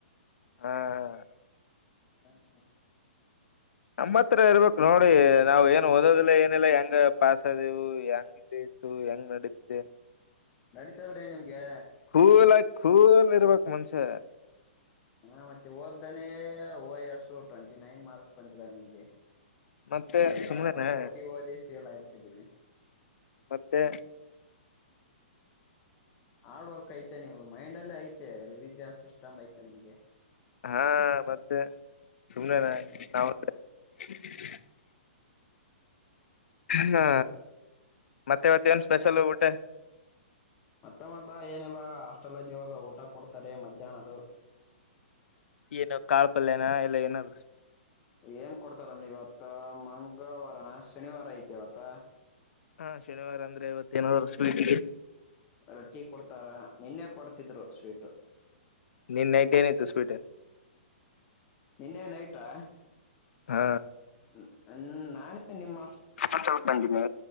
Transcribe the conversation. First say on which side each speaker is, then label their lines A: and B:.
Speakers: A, on the left; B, on the left.
A: ಹಾ ಹಾ
B: ಹಾ ಹಾ
A: ನಮ್ಮ ಹತ್ರ ಇರ್ಬೇಕು ನೋಡಿ ನಾವ್ ಏನು ಓದೋದಲ್ಲ ಏನಿಲ್ಲಾ ಹೆಂಗ ಪಾಸ್ದೆೇವು ಹೆಂಗ ಇತ್ತು ಹೆಂಗ್ ನಡೆದಿದೆ
B: ನಡೀತದ್ರೆ ನಿಮ್ಗೆ
A: ಕೂಲ್ ಆಗಿ ಕೂಲ್ ಇರಬೇಕು ಮನೂಸಾ
B: ಹ ಮತ್ತೆ ಓದ್ದನೇ ಓ ಎಸ್ ಟ್ವೆಂಟಿ ನೈನ್ ಮಾರ್ಕ್ಸ್ ಬಂದಿದ ನಿಮ್ಗೆ
A: ಮತ್ತೆ
B: ನಾವೆಲ್ಲಾ
A: ಸುಮ್ನೆನಾ
B: ಓದಿ ಓದಿ ಫೇಲ್ ಆಗಬಿಟ್ಟಿದ್ದೀವಿ
A: ಮತ್ತೆ
B: ಹಾರ್ಡ್ ವರ್ಕ್ ಐತೆ ನಿಮ್ದು ಮೈಂಡ್ ಅಲ್ಲೇ ಐತೆ ರಿವಿಜನ್ ಸಿಸ್ಟಮ್ ಐತೆ ನಿಮ್ಗೆ
A: ಹಾ ಮತ್ತೆ ಸುಮನೆ ನ
B: ಹ್ಮ್
A: ನಾವತ್ತ <unintelligible> ಹಾ ಮತ್ತೆ ಇವತ್ತ ಏನ್ ಸ್ಪೆಷಲ್ ಊಟೆ
B: ಮತ್ತೆ ಮತ್ತ ಏನಿಲ್ಲ ಹಾಸ್ಟೆಲ್ದ್ ಇವಾಗ ಊಟ ಕೊಡ್ತಾರೆ ಮಧ್ಯಾಹ್ನದು
A: ಏನು ಕಾಳ ಪಲ್ಯನ ಎಲ್ಲ ಏನಾದ
B: ಏನ್ ಕೊಡ್ತಾರ ನೀ ಇವತ್ತ ಮಂಗ ಮಂಗಳವಾರನ ಶನಿವಾರ ಐತಿವತ್ತ
A: ಹಾ ಶನಿವಾರ ಅಂದ್ರೆ ಇವತ್ತ ಏನಾದ ಸ್ವೀಟ್
B: ರೊಟ್ಟಿ ಕೊಡ್ತಾರ ನಿನ್ನೆ ಕೊಡ್ತಿದ್ರು ಸ್ವೀಟು
A: ನೀನ್ ನೈಟ್ ಏನತ್ತು ಸ್ವೀಟನ್
B: ನಿನ್ನೆ ನೈಟಾ
A: ಹಾ
B: ಹ್ಮ ನಾನೇ ನಿಮ್ಮ
A: ಹಾಸ್ಟೆಲ್ ಬಂದಿದೆ